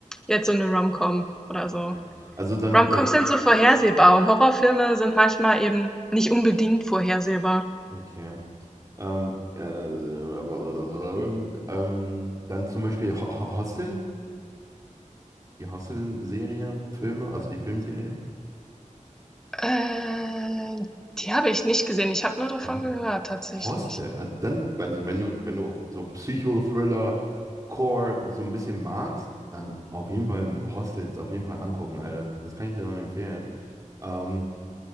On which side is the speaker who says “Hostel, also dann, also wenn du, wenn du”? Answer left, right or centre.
Right